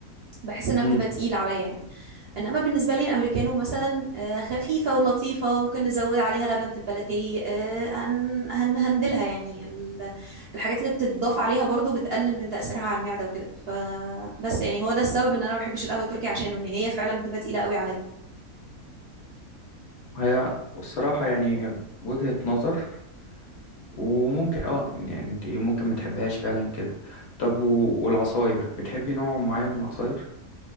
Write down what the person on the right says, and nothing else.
بحس إنها
بتبقى تقيلة عليا يعني انما بالنسبه لي الامريكانو مثلا آه، خفيفه ولطيفه ممكن نزود عليها لبن تبلتيه آه، هن- هن- هندلها يعني ال- الحاجات اللي بتتضاف عليها برضو بتقلل من تاثيرها على المعده وكده فبس يعني هو ده السبب ان انا ما بحبش القهوه التركي عشانه ان هي فعلا بتبقى تقيله قوي عليا